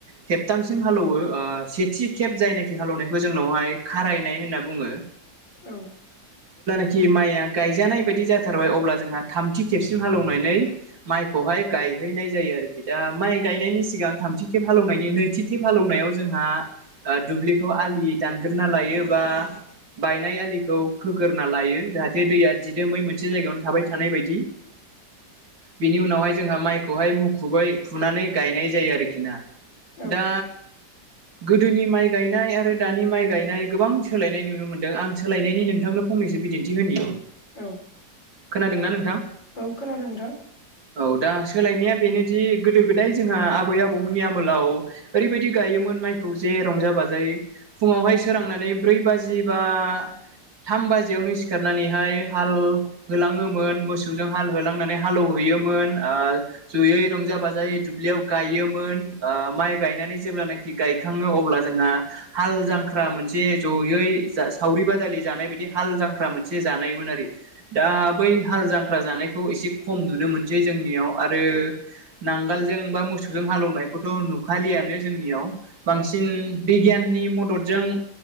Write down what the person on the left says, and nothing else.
औ
औ
औ
औ खोनादों नोंथां